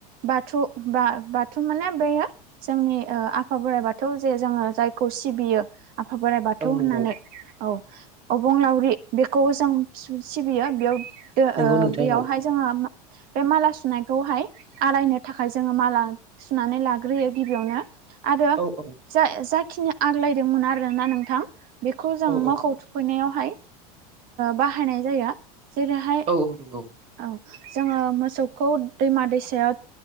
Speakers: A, on the right (about 50°); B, on the right (about 30°).
A: बाथु बा बाथु माने बेयो जोंनि ओ आ आफा बोराइ बाथौ जे जोङो जायखौ सिबियो आफा बोराइ बाथौ
B: औ
A: होननानै
B: नंगौ
A: औ अबंलावरि बेखौ जों सिबियो बेयाव दे
B: नंगौ नोंथां
A: बेयावहाय
B: औ
A: जोङो बे माला सुनायखौहाय आलायनो थाखाय जोङो माला सुनानै लाग्रोयो गिबियावनो आरो
B: औ औ
A: जा जाखिनि आग्लायदोंमोन आरोना नोंथां बेखौ जों
B: औ
A: मोखौ <unintelligible> सोनायावहाय बाहायनाय जाया जेरैहाय
B: औ औ नंगौ
A: औ जोङो मोसौखौ दैमा दैसायाव